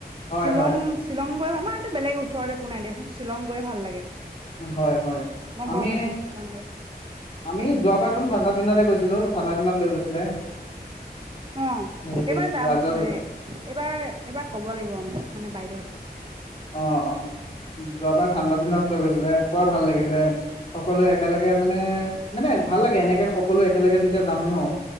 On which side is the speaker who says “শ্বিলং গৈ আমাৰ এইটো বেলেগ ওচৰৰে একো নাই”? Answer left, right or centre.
Right